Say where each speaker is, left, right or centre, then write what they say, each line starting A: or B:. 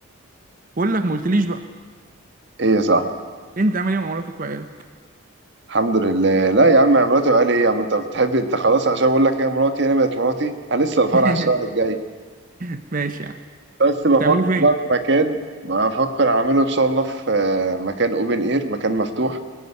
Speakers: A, on the right; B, on the right.
A: بقول لك ما قلتليش بقى
B: ايه يا صاحبي
A: انت عامل ايه مع مراتك وعيالك
B: الحمد لله لا يا عم مراتي وقال ايه يا عم انت بتحب انت خلاص عشان بقول لك هي مراتي انا بقت مراتي انا لسه الفرح
A: <laughs>
B: الشهر الجاي
A: ماشي يعني
B: بس بفكر
A: تعملوا فين
B: بقى في مكان بفكر اعمله ان شاء الله في آه، مكان اوبن اير مكان مفتوح